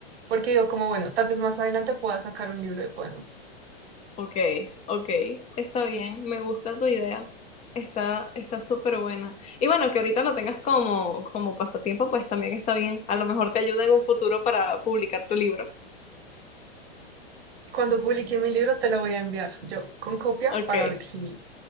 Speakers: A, on the right; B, on the left.
A: porque digo como, bueno, tal vez más adelante pueda sacar un libro de poemas.
B: Ok, ok, está bien, me gusta tu idea. Está, está súper buena. Y bueno, que ahorita lo tengas como, como pasatiempo, pues también está bien. A lo mejor te ayuda en un futuro para publicar tu libro.
A: Cuando publique mi libro te lo voy a enviar yo, con copia
B: Ok.
A: para Virginia.